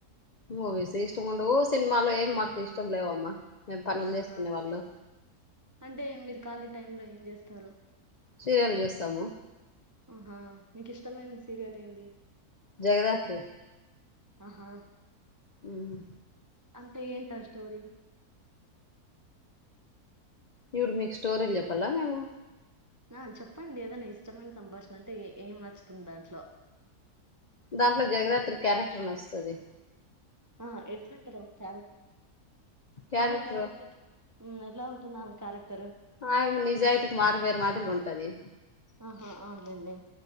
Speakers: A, on the left (about 70°); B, on the right (about 30°).
A: మూవీస్ ఇష్టం ఉండవు సినిమాలు ఏమి మాకు ఇష్టం లేవమ్మా మేము పనులు
B: ఆహా
A: చేసుకునే వాళ్ళు
B: అంటే మీరు ఖాళీ టైమ్ లో ఏం చేస్తారు
A: సీరియల్ చూస్తాము
B: ఆహా మీకు ఇష్టమైన సీరియల్ ఏంది
A: జగదాత్రి
B: ఆహా
A: ఉమ్
B: అంత ఏంటా ఆ స్టోరి
A: ఇప్పుడు మీకు స్టోరీలు చెప్పాల్లా మేము
B: ఆ చెప్పండి ఏదైనా ఇష్టమైన సంభాషణ అంటే ఏం నచ్చుతుంది దాంట్లో
A: దాంట్లో జగదాత్రి క్యారెక్టర్ నచ్చుతాది
B: ఆ ఎట్లు ఉంటది ఒక క్యారెక్ట్ ర్
A: క్యారెక్టర్
B: ఆమె కరక్ట్ ఉమ్ ఎలా ఉంటుంది ఆమె కారెక్టర్
A: ఆయమ్ నిజాయితీకి మారు పేరు మాదిరిగ ఉంటది
B: అహా అవునులేండి